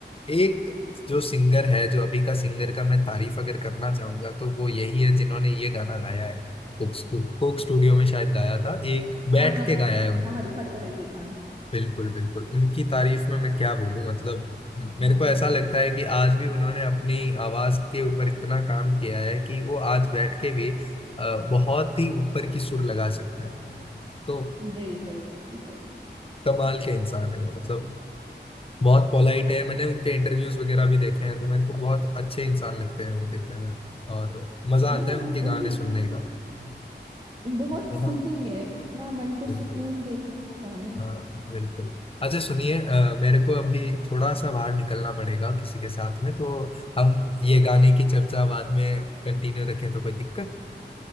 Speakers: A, on the left; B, on the right.
A: एक जो सिंगर है जो अभी का सिंगर का मैं तारीफ अगर करना चाहूंगा तो वो यही है जिन्होंने ये गाना गाया है कोक कोक स्टूडियो में शायद गाया था एक बैठ
B: राहत
A: के गाया है उन्होंने
B: राहत फतेह अली खान
A: बिल्कुल बिल्कुल उनकी तारीफ में मैं क्या बोलूं मतलब मेरे
B: हाँ,
A: को ऐसा लगता है कि आज भी उन्होंने अपनी आवाज के ऊपर इतना काम किया है कि वो आज बैठ के भी अ, बहुत ही ऊपर की सुर लगा सकते हैं तो
B: बिल्कुल बिल्कुल
A: कमाल के इंसान है वो मतलब बहुत पोलाइट है मैंने उनके इंटरव्यूज वगैरह भी देखे हैं तो मेरे को बहुत अच्छे इंसान लगते हैं वो देखने में और मजा
B: हाँ
A: आता
B: उन,
A: है उनके गाने
B: उनकी
A: सुनने का
B: बहुत
A: बहुत
B: सूदिंग है इतना मन को
A: बिल्कुल
B: सुकून देते हैं वो गाने
A: हाँ बिल्कुल अच्छा सुनिए अ, मेरे को अभी थोड़ा सा बाहर निकलना पड़ेगा किसी के साथ में तो हम ये गाने की चर्चा बाद में कंटिन्यू रखें तो कोई दिक्कत